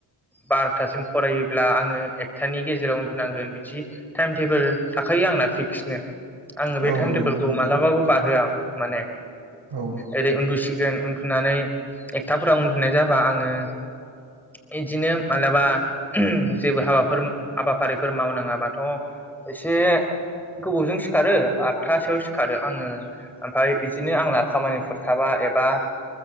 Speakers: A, in the centre; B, on the right.
A: बार'थासिम फरायोब्ला आङो एकथानि गेजेराव उन्दुनांगोन बिदि टाइम टेबोल थाखायो आंना फिक्सनो। आङो
B: ओं
A: बे
B: औ
A: टाइम
B: नंगौ
A: टेबोलखौ
B: नोंथां
A: मालाबाबो बारहोआ। माने
B: औ
A: ओरै उन्दुसिगोन उन्दुनानै एकथाफोराव उन्दुनाय जाबा आङो बिदिनो मालाबा ओम जेबो हाबाफोर हाबाफारिफोर मावनाङाबाथ' एसे गोबावजों सिखारो आदथासोआव सिखारो आङो ओमफ्राय बिदिनो आंना खामानिफोर थाबा एबा